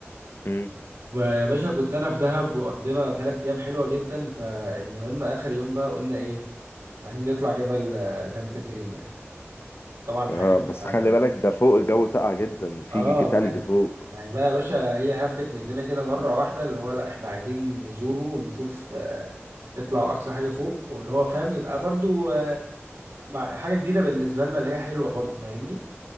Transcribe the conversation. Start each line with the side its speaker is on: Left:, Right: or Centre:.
Left: مم.
Right: يا باشا كنت انا في دهب وقضينا ثلاث ايام حلوه جدا فالمهم اخر يوم بقى قلنا ايه عايزين نطلع جبل آه، سانت كاترين ده طبعا حاجه
Left: اه بس
Right: آه،
Left: خلي
Right: يعني
Left: بالك ده فوق الجو ساقع جدا في
Right: اه
Left: تلج
Right: ما
Left: فوق
Right: ما هي بقى يا باشا هي هبت مننا كده مره واحده اللي هو لا احنا عايزين نزوره ونشوف آه، نطلع اقصى حاجه فوق واللي هو فاهم يبقى برضو آه، مع حاجه جديده بالنسبه لنا اللي هي حلوه برضو فاهمني